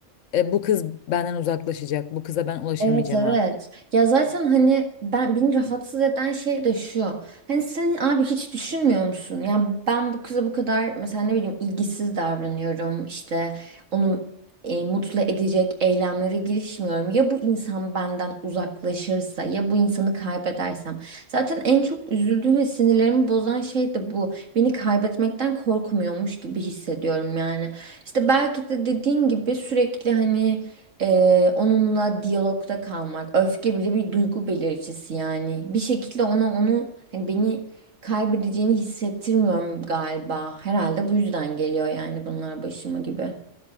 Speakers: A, on the left (about 80°); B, on the right (about 80°).
A: e, bu kız benden uzaklaşacak. Bu kıza ben ulaşamayacağım
B: Evet evet.
A: artık.
B: Ya zaten hani ben beni rahatsız eden şey de şu. Hani sen abi hiç düşünmüyor musun? Ya ben bu kıza bu kadar mesela ne bileyim ilgisiz davranıyorum. İşte onu e, mutlu edecek eylemlere girişmiyorum. Ya bu insan benden uzaklaşırsa ya bu insanı kaybedersem. Zaten en çok üzüldüğüm ve sinirlerimi bozan şey de bu. Beni kaybetmekten korkmuyormuş gibi hissediyorum yani. İşte belki de dediğin gibi sürekli hani ee, onunla diyalogda kalmak. Öfke bile bir duygu belirticisi yani. Bir şekilde ona onu hani beni kaybedeceğini hissettirmiyorum galiba. Herhalde bu yüzden geliyor yani bunlar başıma gibi.